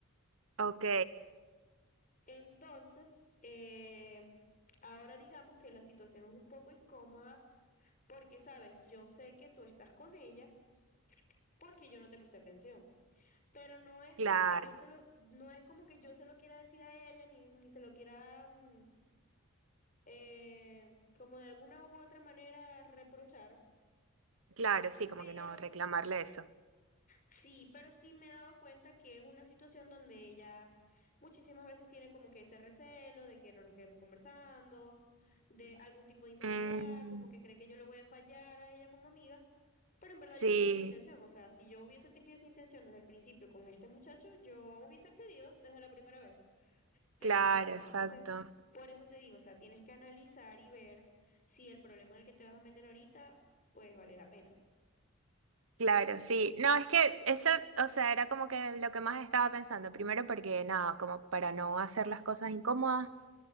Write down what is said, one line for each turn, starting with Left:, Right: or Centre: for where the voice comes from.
Right: ok,
Left: Entonces, eh, ahora digamos que la situación es un poco incómoda porque, sabes, yo sé que tú estás con ella porque yo no te presté atención. pero no es
Right: claro.
Left: como que yo se lo, no es como que yo se lo quiera decir a ella, ni, ni se lo quiera mm, eh, como de alguna u otra manera reprochar,
Right: Claro, sí, como
Left: pero
Right: que no reclamarle eso.
Left: sí, pero sí me he dado cuenta que es una situación donde ella muchísimas veces tiene como que ese recelo de que no nos quedemos conversando, de algún tipo de inseguridad,
Right: Mm,
Left: como que cree que yo le voy a fallar a ella como amiga. Pero en verdad
Right: sí,
Left: yo no tengo esa intención, o sea, si yo hubiese tenido esa intención desde el principio con este muchacho, yo hubiese accedido desde la primera vez. pero
Right: claro,
Left: no pasó.
Right: exacto.
Left: Entonces, por eso te digo, o sea, tienes que analizar y ver si el problema en el que te vas a meter ahorita, pues vale la pena.
Right: Claro, sí. No, es que eso, o sea, era como que lo que más estaba pensando. Primero porque nada, como para no hacer las cosas incómodas